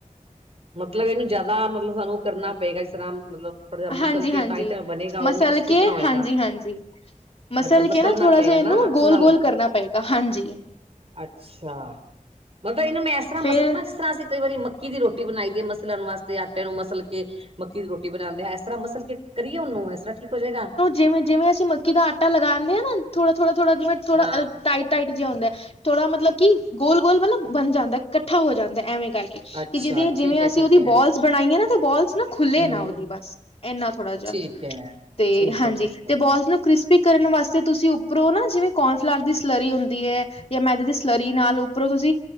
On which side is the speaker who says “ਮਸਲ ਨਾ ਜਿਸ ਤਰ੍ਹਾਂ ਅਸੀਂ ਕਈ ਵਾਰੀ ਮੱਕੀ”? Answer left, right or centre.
Right